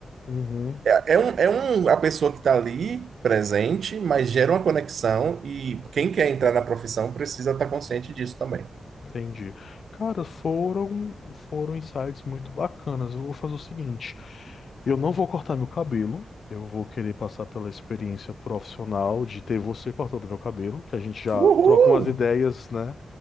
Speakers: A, on the left; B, on the right.
A: uhum.
B: é um, é um, a pessoa que está ali presente, mas gera uma conexão e quem quer entrar na profissão precisa estar consciente disso também.
A: Entendi. Cara, foram foram insights muito bacanas. Eu vou fazer o seguinte, eu não vou cortar meu cabelo, eu vou querer passar pela experiência profissional de ter você cortando meu cabelo, que a gente já
B: Uhul!
A: troca umas ideias, né?